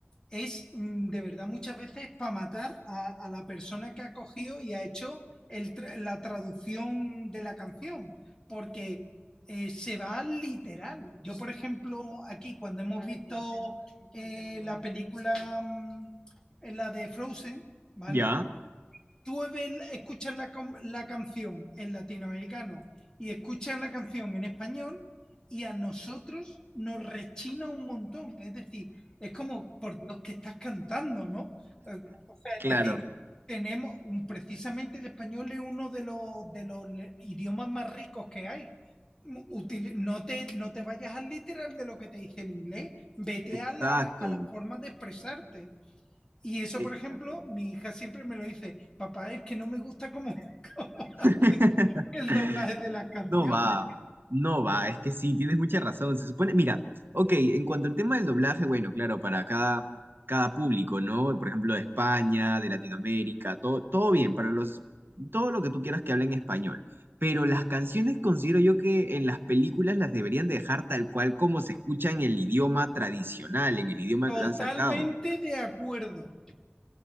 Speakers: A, on the left (about 20°); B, on the right (about 60°).
A: es mm, de verdad muchas veces para matar a, a la persona que ha cogido y ha hecho el tra- la traducción de la canción, porque eh, se va al literal. Yo, por ejemplo, aquí cuando hemos visto eh, la película, mm, eh, la de Frozen, ¿vale?
B: Ya,
A: tú ves- escuchas la, la canción en latinoamericano y escuchas la canción en español y a nosotros nos rechina un montón. Es decir, es como, por Dios, que estás cantando, ¿no? Eh, O sea,
B: claro,
A: es decir, tenemos, un- precisamente el español es uno de los, de los le- idiomas más ricos que hay. util- no te, no te vayas al literal de lo que te dice el inglés, vete
B: exacto,
A: a la, a la forma de expresarte. Y eso,
B: exacto.
A: por ejemplo, mi hija siempre me lo dice, papá, es que no me gusta cómo, <laughs> cómo hace
B: <laughs>
A: el doblaje de las canciones.
B: No va, no va, es que sí, tienes mucha razón. Se supone, mira, ok, en cuanto al tema del doblaje, bueno, claro, para cada, cada público, ¿no? Por ejemplo, de España, de Latinoamérica, todo, todo bien, para los, todo lo que tú quieras que hablen español. Pero las canciones considero yo que en las películas las deberían dejar tal cual como se escucha en el idioma tradicional, en el idioma
A: Totalmente
B: que lo han sacado.
A: de acuerdo.